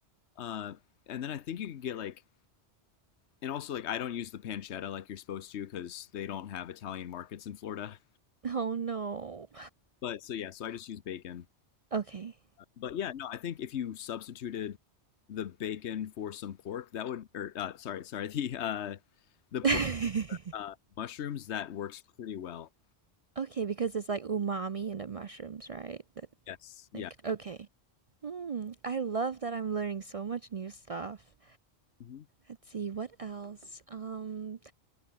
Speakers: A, on the left; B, on the right.
A: Uh, and then I think you could get like and also like I don't use the pancetta like you're supposed to because they don't have Italian markets in Florida.
B: Oh no.
A: But so yeah, so I just use bacon.
B: Okay.
A: But yeah, no, I think if you substituted the bacon for some pork, that would or uh, sorry, sorry, <laughs> the uh the pork
B: <laughs>
A: uh mushrooms that works pretty well.
B: Okay, because it's like umami in the mushrooms, right? That
A: Yes, yeah.
B: like okay. Hmm. I love that I'm learning so much new stuff.
A: Mhm.
B: Let's see what else. Um,